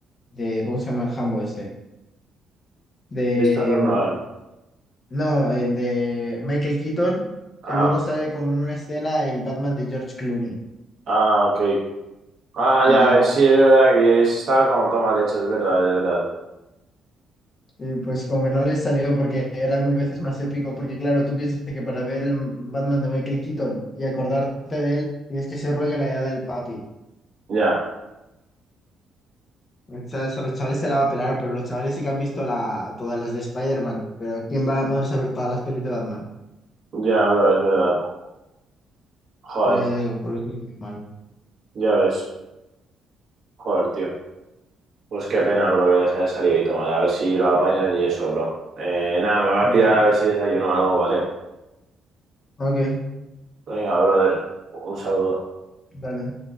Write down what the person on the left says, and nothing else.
de ¿cómo se llama el Hambo este? De,
no, el de Michael Keaton,
y luego sale como en una escena el Batman de George Clooney,
y
ya.
Y pues como que no les salió porque era mil veces más épico, porque claro, tú piensas que para ver el Batman de Michael Keaton y acordarte de él, tienes que ser rollo la edad del papi.
O sea, a los chavales se la va a pelar, pero los chavales sí que han visto la, todas las de Spider-Man, pero ¿quién va a ponerse a ver todas las pelis de Batman?
Entonces eso, por eso es muy mal.
Ya,
ok,
dale.